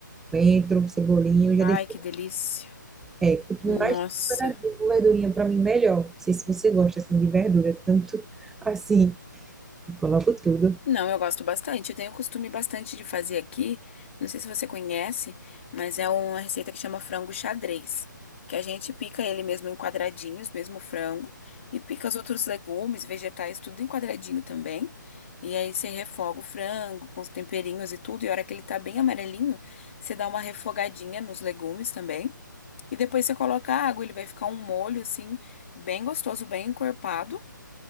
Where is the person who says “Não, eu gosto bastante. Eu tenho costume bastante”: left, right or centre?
Left